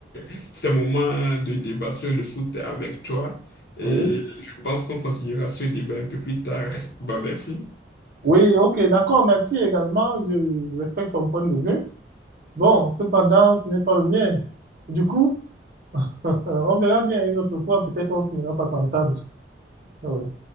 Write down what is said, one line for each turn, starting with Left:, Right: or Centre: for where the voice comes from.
Left: <laughs> ces moments de débat sur le foot avec toi. Et
Right: oui.
Left: je pense qu'on continuera ce débat un peu plus tard. <laughs> Bah, merci.
Right: Oui, ok, d'accord, merci également. Je respecte ton point de vue. Bon, cependant, ce n'est pas le mien. Du coup, <laughs> on verra bien une autre fois. Peut-être on finira par s'entendre. Oui.